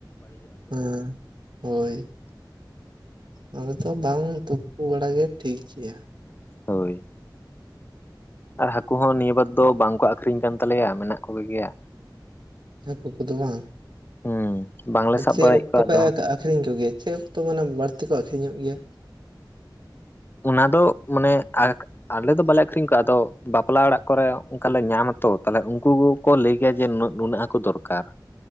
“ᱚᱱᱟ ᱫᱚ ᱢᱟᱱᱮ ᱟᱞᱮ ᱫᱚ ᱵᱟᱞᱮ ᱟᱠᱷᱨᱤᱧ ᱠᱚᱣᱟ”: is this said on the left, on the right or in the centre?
Left